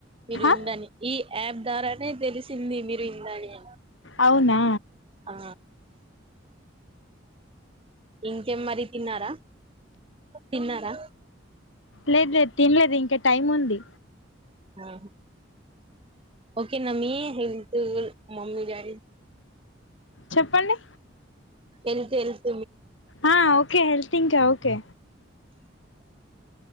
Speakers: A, on the right; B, on the left.
A: మీరు
B: ఆ
A: ఇందని ఈ యాప్ ద్వారానే తెలిసింది మీరు ఇందని అని
B: అవునా
A: ఆ ఇంకేం మరి తిన్నారా తిన్నారా
B: లేదు లేదు తినలేదు ఇంకా టైం ఉంది
A: ఆ ఓకే నమ్మీ హతు మమ్మీ ారి
B: చెప్పండి
A: ఎల్ తెల్ త
B: ఆ ఓకే హెల్త్ ఇంకా ఓకే